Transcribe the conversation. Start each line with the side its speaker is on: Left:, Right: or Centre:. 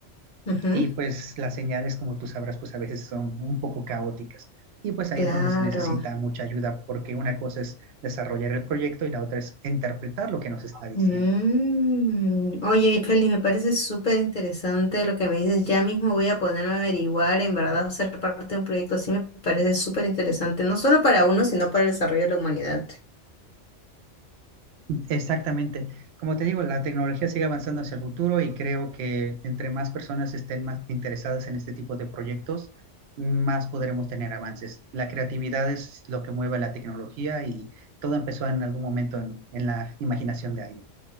Left: ujú,
Right: y pues las señales, como tú sabrás, pues a veces son un poco caóticas. Y pues ahí
Left: Claro.
Right: es donde se necesita mucha ayuda, porque una cosa es desarrollar el proyecto y la otra es interpretar lo que nos está diciendo.
Left: Mm, Oye, Félix, me parece súper interesante lo que me dices. Ya mismo voy a ponerme a averiguar, en verdad, ser parte de un proyecto así me parece súper interesante, no solo para uno, sino para el desarrollo de la humanidad.
Right: Exactamente. Como te digo, la tecnología sigue avanzando hacia el futuro y creo que entre más personas estén más interesadas en este tipo de proyectos, más podremos tener avances. La creatividad es lo que mueve la tecnología y todo empezó en algún momento en, en la imaginación de alguien.